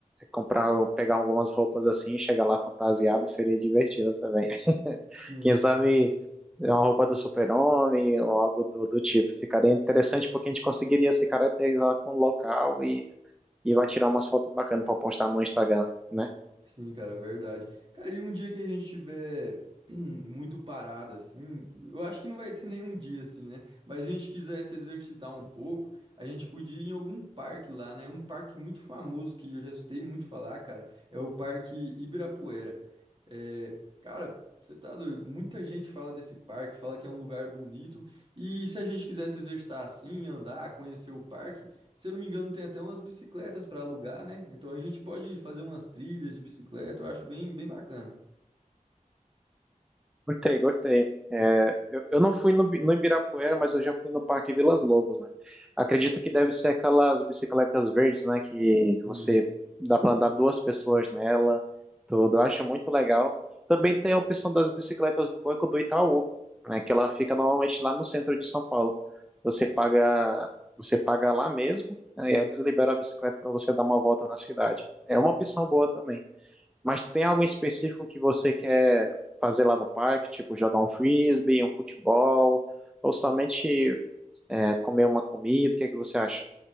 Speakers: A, in the centre; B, on the right (about 40°).
A: comprar, pegar algumas roupas assim, chegar lá fantasiado, seria divertido também.
B: Sim.
A: Quem sabe é uma roupa do super-homem ou algo do, do tipo. Ficaria interessante porque a gente conseguiria se caracterizar com o local e, e vai tirar umas fotos bacanas para postar no Instagram, né?
B: Sim, cara, é verdade. Cara, e um dia que a gente tiver <clears throat> muito parado, assim, eu acho que não vai ter <laughs> nenhum dia, assim, né? Mas se a gente quiser se exercitar um pouco, a gente podia ir em algum parque lá, né? Um parque muito famoso que eu já escutei muito falar, cara, é o Parque Ibirapuera. É, cara, você tá doido? Muita gente fala desse parque, fala que é um lugar bonito. E se a gente quiser se exercitar assim, andar, conhecer o parque. Se eu não me engano, tem até umas bicicletas para alugar, né? Então a gente pode fazer umas trilhas de bicicleta, eu acho bem, bem bacana.
A: Gostei, gostei. É, eu, eu não fui no, Bi- no Ibirapuera, mas eu já fui no Parque Vilas Lobos, né? Acredito que deve ser aquelas bicicletas verdes, né? Que
B: Sim.
A: você dá para andar duas pessoas nela, tudo. Eu acho muito legal. Também tem a opção das bicicletas do Banco do Itaú, né? Que ela fica normalmente lá no centro de São Paulo. Você paga, você paga lá mesmo, né, e aí eles liberam a bicicleta para você dar uma volta na cidade. É uma opção boa também. Mas tem algo em específico que você quer fazer lá no parque, tipo jogar um frisbee, um futebol, ou somente é, comer uma comida? O que é que você acha?